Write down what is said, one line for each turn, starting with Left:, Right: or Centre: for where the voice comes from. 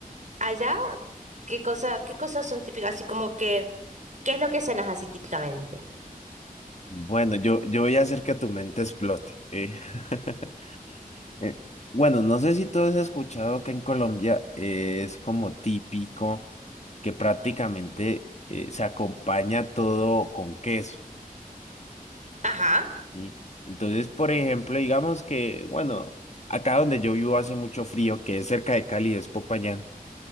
Right: Allá, ¿qué cosa, qué cosas son típicas? Así como que, ¿qué es lo que cenas así típicamente?
Left: Bueno, yo, yo voy a hacer que tu mente explote. eh. <laughs> Eh, bueno, no sé si tú has escuchado que en Colombia eh, es como típico que prácticamente eh, se acompaña todo con queso,
Right: Ajá.
Left: ¿sí? Entonces, por ejemplo, digamos que, bueno, acá donde yo vivo hace mucho frío, que es cerca de Cali, es Popayán.